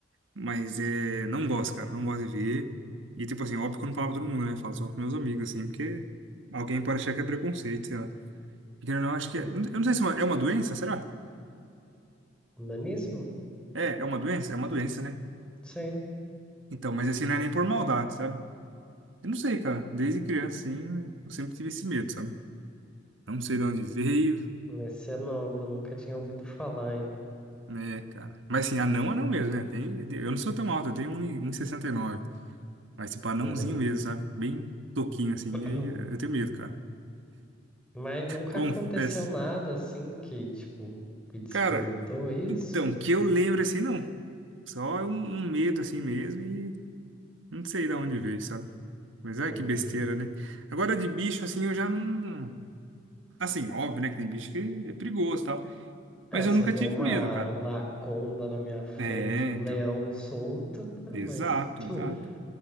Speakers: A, on the right; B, in the centre.
A: Mas é, não gosto, cara, não gosto de ver. E tipo assim, óbvio que eu não falo pra todo mundo, né? Falo só pros meus amigos, assim, porque alguém pode achar que é preconceito, sei lá. E querendo ou não, acho que
B: <laughs>
A: é. Eu não sei se é uma, é uma doença, será?
B: Nanismo?
A: É, é uma doença? É uma doença, né?
B: Sim.
A: Então, mas assim, não é nem por maldade, sabe? Eu não sei, cara. Desde criança, assim, eu sempre tive esse medo, sabe? Eu Não sei de onde veio,
B: Esse é novo, nunca tinha ouvido falar ainda.
A: né, cara. Mas assim, anão, anão mesmo, né? Tem, eu não sou tão alto, eu tenho um e- um e sessenta e nove Mas tipo, anãozinho
B: Uhum.
A: mesmo, sabe? Bem toquinho, assim.
B: <clears throat>
A: E aí eu tenho medo, cara.
B: Mas nunca
A: Confesso.
B: aconteceu nada assim que, tipo, que despertou
A: Cara,
B: isso.
A: Então, que eu lembro assim, não. Só um, um medo assim mesmo e não sei de onde veio, sabe? Mas é
B: Entendi.
A: que besteira, né? Agora de bicho assim eu já não. Assim, óbvio, né? Que tem bicho que é perigoso e tal.
B: É,
A: Mas
B: se
A: eu nunca
B: eu ver
A: tive
B: uma
A: medo, cara.
B: anaconda na minha frente,
A: É,
B: um
A: então.
B: leão solto,
A: Exato,
B: mas. <laughs>
A: exato.